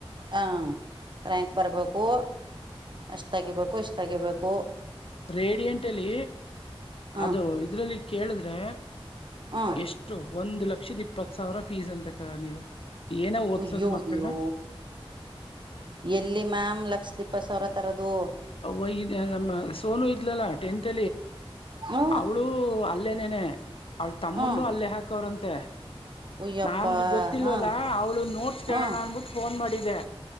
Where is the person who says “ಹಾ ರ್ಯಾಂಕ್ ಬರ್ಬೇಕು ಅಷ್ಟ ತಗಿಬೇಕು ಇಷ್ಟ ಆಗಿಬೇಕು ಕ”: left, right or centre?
Right